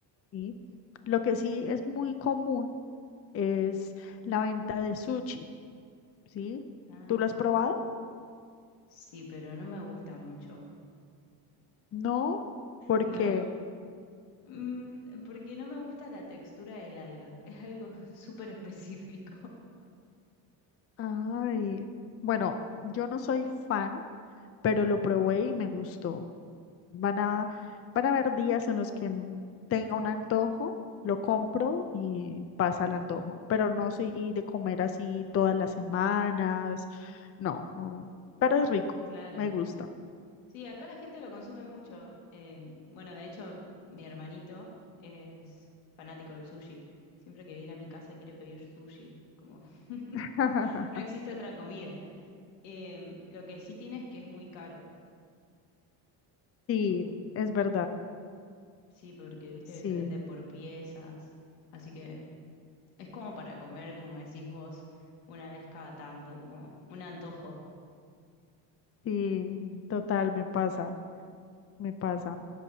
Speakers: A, on the left; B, on the left.
A: ¿sí? Lo que sí es muy común es la venta de sushi, ¿sí?
B: Ah,
A: ¿Tú lo has probado?
B: sí, pero no me gusta mucho.
A: No, porque,
B: No, Mm, porque no me gusta la textura del alga. Es algo <laughs> súper específico. <laughs>
A: ay, bueno, yo no soy fan, pero lo probé y me gustó. Van a, van a haber días en los que mm, tenga un antojo, lo compro y pasa el antojo, pero no soy de comer así todas las semanas, no, no, pero es rico,
B: Claro.
A: me gusta.
B: Sí, acá la gente lo consume mucho. Eh, bueno, de hecho, mi hermanito es fanático del sushi. Siempre que viene a mi casa quiere pedir sushi, como <laughs>
A: <laughs>
B: no existe otra comida. Eh, lo que sí tiene es que es muy caro,
A: Sí,
B: como
A: es verdad,
B: sí, porque viste
A: sí,
B: que se vende por piezas, así que es como para comer, como decís vos, una vez cada tanto, como un antojo.
A: sí, total, me pasa, me pasa.